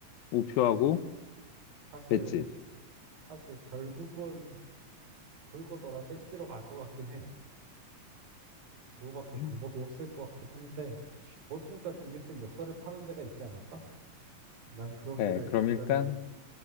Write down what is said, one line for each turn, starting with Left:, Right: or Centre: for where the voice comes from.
Left: 우표하고,
Right: 사실 사실
Left: 배지.
Right: 사실 결국은 돌고 돌아 배지로 갈 것 같긴 해. 그거밖에 방법이
Left: 음.
Right: 없을 것 같긴 한데 어딘가 좀 예쁜 엽서를 파는 데가 있지 않을까? 난 그러기를
Left: 네, 그럼
Right: 간절히
Left: 일단